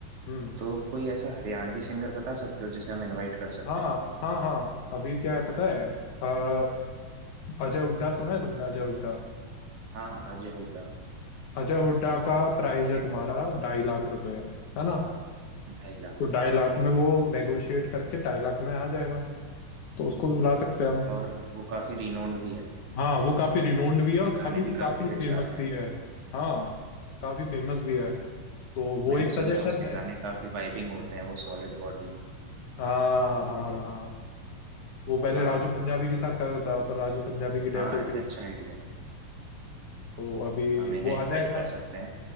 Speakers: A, on the left; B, on the right.
A: हम्म
B: तो कोई ऐसा हरियाणवी सिंगर बता सकते हो जिसे हम इनवाइट कर सकते
A: हाँ
B: हैं
A: हाँ हाँ अभी क्या है पता है अ, अजय हुड्डा सुना है तुमने अजय हुड्डा
B: हाँ अजय हुड्डा
A: अजय हुड्डा का प्राइस
B: काफी
A: है
B: फेमस
A: तुम्हारा
B: है
A: ढाई लाख रुपए है ना
B: ढाई लाख
A: तो ढाई
B: हाँ
A: लाख में वो नेगोशिएट करके ढाई लाख में आ जाएगा तो उसको भी बुला सकते हैं हम
B: और वो काफी रिनोन्ड भी है
A: हाँ वो काफी रिनोन्ड भी है
B: उसके
A: और काफी
B: गाने भी
A: काफी
B: काफी हिट्स
A: फेमस
B: आते हैं
A: भी है हाँ काफी फेमस भी है तो वो
B: मैंने
A: एक सजेशन
B: सुने हैं उसके
A: है
B: गाने काफी वाइबिंग होते हैं वो सॉलिड बॉडी
A: हाँ हाँ
B: वगैरह
A: हाँ वो पहले
B: हाँ
A: राजू पंजाबी के साथ करता था पर राजू पंजाबी की डेथ
B: हाँ
A: हो
B: ये
A: गई
B: अच्छा आइडिया है
A: तो अभी
B: हम इन्हें
A: वो आ
B: इनवाइट
A: जाएगा
B: कर सकते हैं